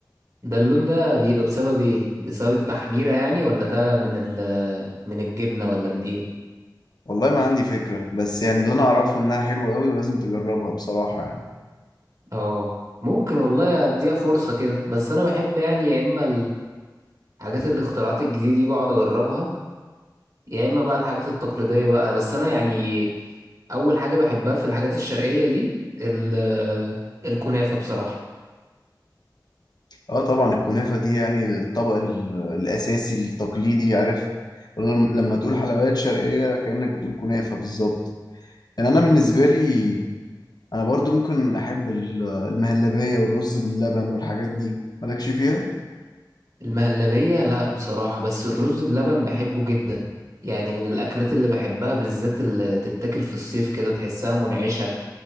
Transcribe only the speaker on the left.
والله ما عندي فكرة بس يعني اللي انا اعرفه انها حلوة قوي ولازم تجربها بصراحة يعني
اه طبعا الكنافة دي يعني الطبق ال- الاساسي التقليدي عارف ولما- لما تقول حلويات شرقية كأنك بتقول كنافة بالظبط يعني انا بالنسبة لي انا برضو ممكن احب ال- المهلبية والرز باللبن والحاجات دي مالكش فيها